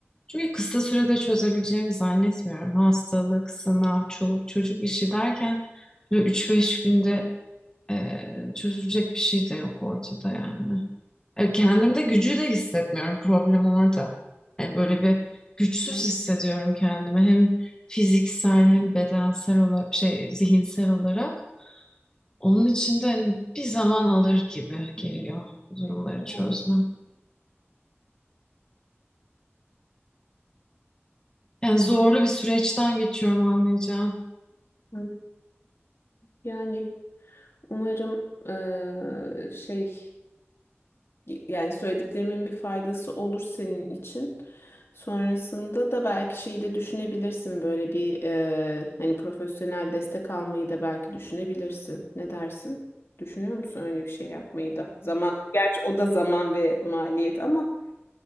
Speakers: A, on the left; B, on the left.
A: Çünkü kısa sürede çözebileceğimi zannetmiyorum. Hastalık, sınav, çoluk çocuk işi derken böyle üç beş günde e, çözülecek bir şey de yok ortada yani. E, kendimde gücü de hissetmiyorum. Problem orada. Yani böyle bir güçsüz
B: konuşulmaz.
A: hissediyorum kendimi. Hem fiziksel hem bedensel olarak şey zihinsel olarak. Onun için de hani bir zaman alır gibi geliyor bu durumları
B: Yani.
A: çözmem. Yani zorlu bir süreçten geçiyorum anlayacağım.
B: Hı. Yani Umarım eee, şey yani söylediklerimin bir faydası olur senin için. Sonrasında da belki şeyi de düşünebilirsin böyle bir eee, hani profesyonel destek almayı da belki düşünebilirsin. Ne dersin? Düşünüyor musun öyle bir şey yapmayı da? Zaman, gerçi o da zaman ve maliyet ama